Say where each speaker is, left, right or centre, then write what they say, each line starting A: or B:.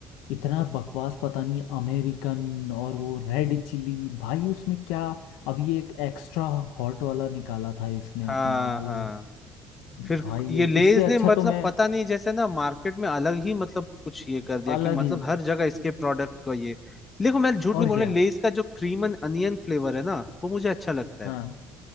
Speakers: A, on the left; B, on the left.
A: इतना बकवास पता नहीं अमेरिकन और वो रेड चिली भाई उसमें क्या अभी एक एक्स्ट्रा हॉट वाला निकाला था इसने
B: हाँ
A: अपना वो
B: हाँ फिर
A: भाई
B: ये
A: ये
B: लेज
A: इससे अच्छा
B: ने मतलब
A: तो मैं
B: पता नहीं जैसे ना मार्केट में अलग ही मतलब कुछ ये कर दिया
A: अलग
B: कि मतलब
A: ही
B: हर जगह इसके प्रोडक्ट का ये देखो मैं झूठ
A: और
B: नहीं बोल
A: क्या
B: रहा लेज का जो क्रीम एंड अनियन फ्लेवर है ना वो मुझे अच्छा लगता
A: हाँ
B: है